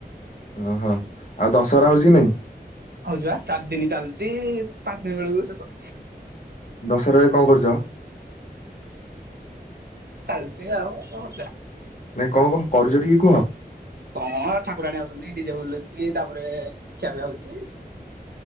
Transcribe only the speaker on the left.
ଓହୋ ଆଉ ଦଶହରା ହଉଛି କି ନାଇଁ?
ଦଶହରାରେ କଣ୍ କରୁଛ?
ନାଇଁ କଣ କଣ କରୁଛ ଟିକେ କୁହ।